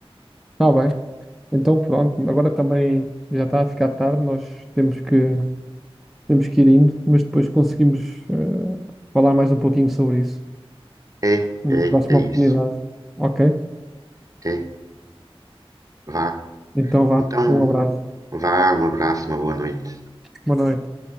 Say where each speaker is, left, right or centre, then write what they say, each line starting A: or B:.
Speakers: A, in the centre; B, on the right.
A: está bem. Então pronto, agora também já está a ficar tarde, nós temos que, temos que ir indo, mas depois conseguimos eh, falar mais um pouquinho sobre isso.
B: É,
A: Numa
B: é,
A: próxima
B: é isso.
A: oportunidade. Ok?
B: É, vá.
A: Então vá,
B: Então,
A: um abraço,
B: vá, um abraço, uma boa noite.
A: boa noite.